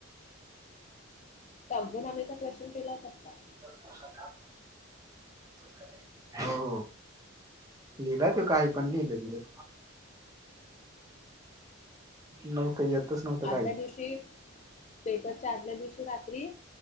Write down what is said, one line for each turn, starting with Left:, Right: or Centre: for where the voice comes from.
Left: तारजुन आनेचा क्वेशन केला होता का?
Right: व अवश्य कर. <inaudible> हो लिहिलं तो काही पण लिहिलं त्याच्यात नव्हतं येतच नव्हतं
Left: आदल्या
Right: काही.
Left: दिवशी पेपरच्या आदल्या दिवशी रात्री